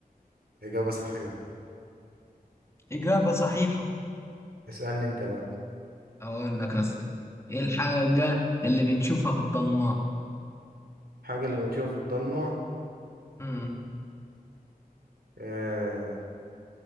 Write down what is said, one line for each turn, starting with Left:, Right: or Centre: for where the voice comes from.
Right: إجابة صحيحة
Left: إجابة صحيحة
Right: اسألني أنت بقى
Left: اقول لك يا اسطى ايه الحاجة اللي بنشوفها في الضلمة
Right: حاجة اللي بنشوفها في الضلمة
Left: امم
Right: آه.